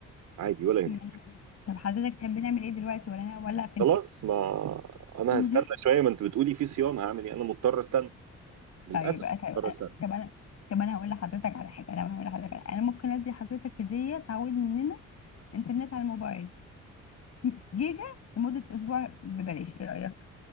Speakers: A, on the right; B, on the left.
A: عادي ولا يهمك
B: يعني طب حضرتك تحب نعمل إيه دلوقتي ولا أنا ولا أقفل
A: خلاص ما انا
B: <laughs>
A: هستنى شويه ما انت بتقولي في صيانه هعمل ايه انا مضطر استنى للاسف
B: طيب أ- طيب أنا
A: مضطر استنى
B: طب أنا طب أنا هقول لحضرتك على حاجة طب أنا هقول لحضرتك على- أنا ممكن أدي حضرتك هدية تعويض مننا انترنت على الموبايل <laughs> جيجا لمدة أسبوع ببلاش إيه رأيك؟